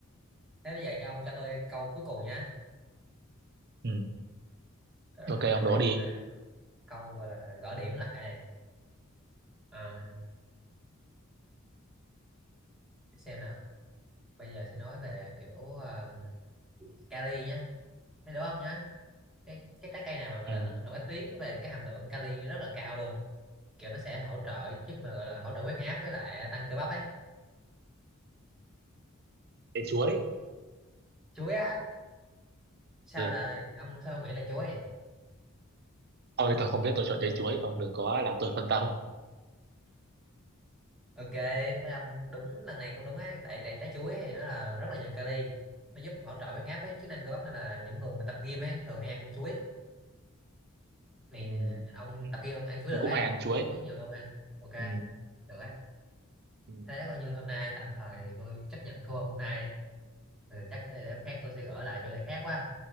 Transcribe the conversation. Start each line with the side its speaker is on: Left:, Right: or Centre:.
Centre: thế bây giờ cho ông cho tôi câu cuối cùng nhá
Right: ừ
Centre: rồi
Right: ok
Centre: câu
Right: ông đố
Centre: này
Right: đi
Centre: sẽ là câu gọi là gỡ điểm lại này Ờm, xem nào bây giờ sẽ nói về kiểu um, Cali nhá thấy đúng không nhá cái cái trái cây nào mà gọi
Right: ừ
Centre: là nổi, nổi tiếng về cái hàm lượng kali nó rất là cao luôn kiểu nó sẽ hỗ trợ giúp mà gọi là hỗ trợ huyết áp với lại tăng cơ bắp ấy
Right: trái chuối
Centre: chuối á sao
Right: ừ
Centre: là ông sao ông nghĩ là chuối
Right: thôi tôi không biết tôi chọn trái chuối ông đừng có làm tôi phân tâm
Centre: ok thấy ông đúng lần này cũng đúng ấy tại tại trái chuối thì nó là rất là nhiều kali nó giúp hỗ trợ huyết áp với chức năng cơ bắp nên là những người mà tập gym ấy thường hay ăn chuối này
Right: ừ.
Centre: nè ông
Right: ừ
Centre: tập gym ông ăn chuối
Right: tôi
Centre: được
Right: cũng
Centre: ấy
Right: hay ăn
Centre: mua
Right: chuối
Centre: chuối nhiều hơn ăn ok
Right: ừ,
Centre: được ấy
Right: ừ.
Centre: thế coi như hôm nay tạm thời tôi chấp nhận thua hôm nay đi. Ừ, chắc để, để hôm khác tôi sẽ gỡ lại chỗ này khác quá